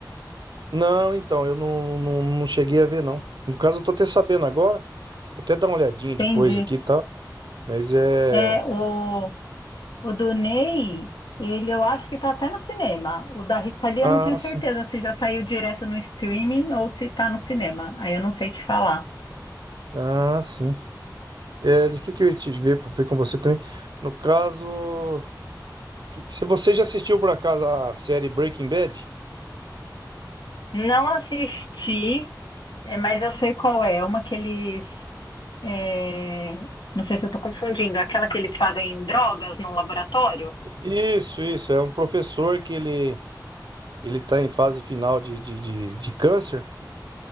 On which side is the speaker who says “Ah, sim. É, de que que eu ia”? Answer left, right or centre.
Right